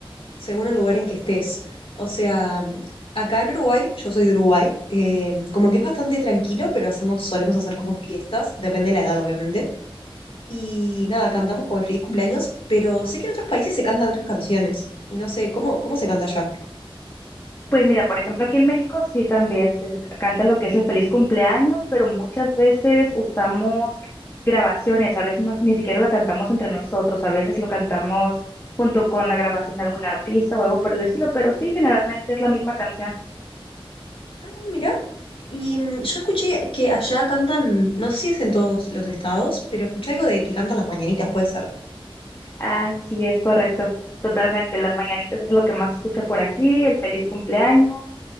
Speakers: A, on the left; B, on the left.
A: según el lugar en que estés. O sea, mm, acá en Uruguay, yo soy de Uruguay, eh, como que es bastante tranquilo, pero hacemos, solemos hacer como fiestas, depende de la edad, obviamente. Y nada, cantamos como el feliz cumpleaños, pero sé que en otros países se cantan otras canciones. Y no sé, ¿cómo, cómo se canta allá?
B: Pues mira, por ejemplo, aquí en México sí también se canta lo que es el feliz cumpleaños, pero muchas veces usamos grabaciones, a veces no- ni siquiera lo cantamos entre nosotros, a veces lo cantamos junto con la grabación de algún artista o algo por el estilo, pero sí, generalmente es la misma canción.
A: Ah, mirá. Y mm, yo escuché que allá cantan, no sé si es en todos los estados, pero escuché algo de que cantan las mañanitas, puede ser.
B: Así es, correcto. Totalmente. Las mañanitas es lo que más escucha por aquí, el feliz cumpleaños.